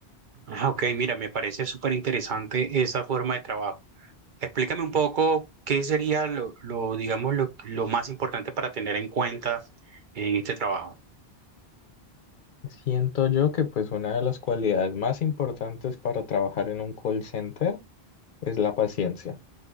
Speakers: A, on the right (about 60°); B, on the left (about 55°).
A: Ah, ok, mira, me parece súper interesante esa forma de trabajo. Explícame un poco qué sería lo, lo, digamos, lo, lo más importante para tener en cuenta en este trabajo.
B: Siento yo que pues una de las cualidades más importantes para trabajar en un call center es la paciencia.